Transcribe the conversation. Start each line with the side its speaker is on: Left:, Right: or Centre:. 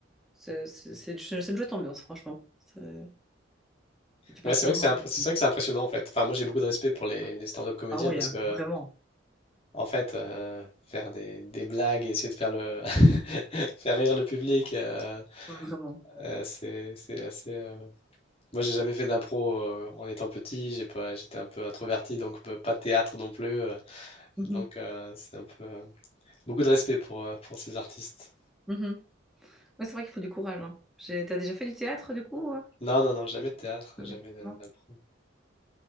Centre: c'est c'est- c'est- c'est une chouette ambiance, franchement. C'est- Et tu passes
Left: Ouais, c'est
Centre: toujours
Left: vrai que c'est
Centre: un
Left: impr-
Centre: bon
Left: c'est
Centre: moment.
Left: vrai que c'est impressionnant en fait. Enfin, moi j'ai beaucoup de respect pour les, les stand-up comédiens
Centre: Ah oui,
Left: parce
Centre: hein,
Left: que
Centre: vraiment.
Left: en fait, euh, faire des, des blagues et essayer de faire le <laughs> faire rire le public, euh,
Centre: Ouais, Vraiment.
Left: euh, c'est c'est assez. euh, Moi j'ai jamais fait d'impro euh, en étant petit. J'ai pas, j'étais un peu introverti donc euh, pas de théâtre non plus. euh,
Centre: Mhm,
Left: donc euh, c'est un peu euh, beaucoup de respect pour euh, pour ces artistes.
Centre: mhm. Ouais, c'est vrai qu'il faut du courage. Hein. J'ai- T'as déjà fait du théâtre, du coup? euh
Left: Non non non jamais de théâtre,
Centre: Ah
Left: jamais
Centre: oui.
Left: de-
Centre: Non,
Left: d'impro.